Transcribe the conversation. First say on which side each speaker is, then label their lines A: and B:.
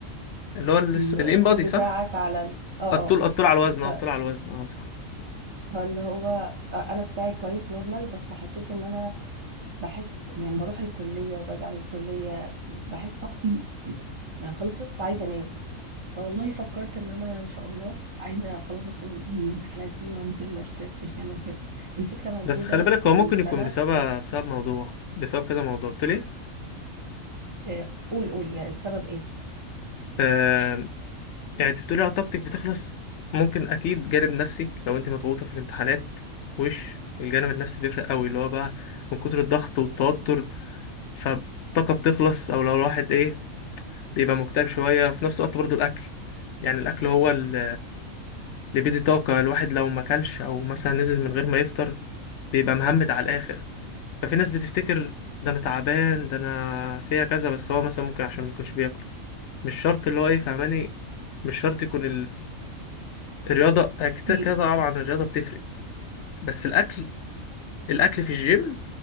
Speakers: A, on the left; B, on the right.
A: اللي هو ال...
B: ال الطول
A: الام بادي
B: بتاعك
A: صح
B: على ال آه،
A: الطول
B: آه.
A: الطول على الوزن
B: ف
A: اه الطول على الوزن اه صح
B: فاللي هو أ أنا بتاعي كويس normal بس حسيت إن أنا باحس يعني باروح الكلية وبارجع من الكلية باحس طاقتي آه، خلصت وعايزة أنام، فوالله فكرت إن أنا إن شاء الله عايزة خلاص بس ال الامتحانات دي وأنزل أشترك في gym وكده، الفكرة موجودة
A: بس خلي بالك
B: من
A: هو ممكن
B: سنة
A: يكون بسبب
B: بس
A: بسبب موضوع بسبب كذا موضوع قلت ليه
B: آآ قُل، قُل يعني السبب إيه؟
A: آه، يعني انت بتقولي اه طاقتك بتخلص ممكن اكيد جانب نفسي لو انت مضغوطه في الامتحانات وش الجانب النفسي بيفرق قوي اللي هو بقى من كتر الضغط والتوتر فالطاقه بتخلص او لو الواحد ايه بيبقى مكتئب شويه في نفس الوقت برضو الاكل يعني الاكل هو ال- اللي بيدي طاقه الواحد لو ما اكلش او مثلا نزل من غير ما يفطر بيبقى مهمد على الاخر ففي ناس بتفتكر ده انا تعبان ده انا فيها كذا بس هو مثلا ممكن عشان ما يكونش بياكل مش شرط اللي هو ايه فاهماني مش شرط يكون الرياضة آه، كده
B: إيه؟
A: كده طبعا الرياضة بتفرق بس الأكل الأكل في الجيم